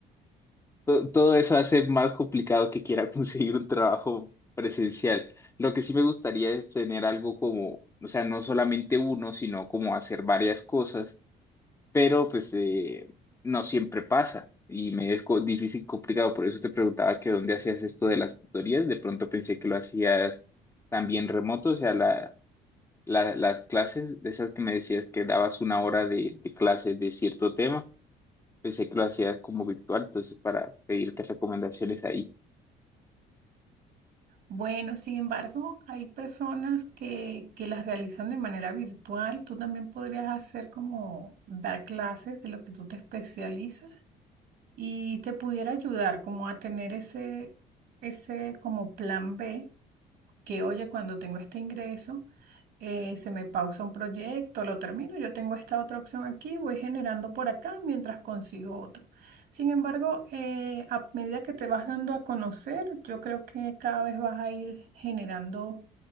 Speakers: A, on the left; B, on the right.
A: to- todo eso hace más complicado que quiera <laughs> conseguir un trabajo presencial. Lo que sí me gustaría es tener algo como, o sea, no solamente uno, sino como hacer varias cosas pero pues eh, no siempre pasa y me es co- difícil, y complicado. Por eso te preguntaba que dónde hacías esto de las tutorías. De pronto pensé que lo hacías también remoto, o sea, la, la- las clases, de esas que me decías que dabas una hora de, de clases de cierto tema, pensé que lo hacías como virtual, entonces para pedirte recomendaciones ahí,
B: Bueno, sin embargo, hay personas que, que las realizan de manera virtual. Tú también podrías hacer como dar clases de lo que tú te especializas y te pudiera ayudar como a tener ese, ese como plan B, que oye, cuando tengo este ingreso. eh, se me pausa un proyecto, lo termino, yo tengo esta otra opción aquí, voy generando por acá mientras consigo otro. Sin embargo, eh, a medida que te vas dando a conocer, yo creo que cada vez vas a ir generando